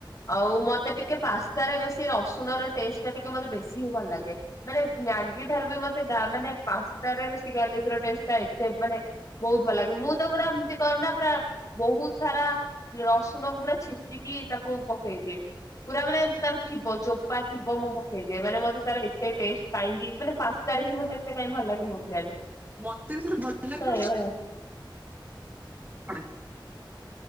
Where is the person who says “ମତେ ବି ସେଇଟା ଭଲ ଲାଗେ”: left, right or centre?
Right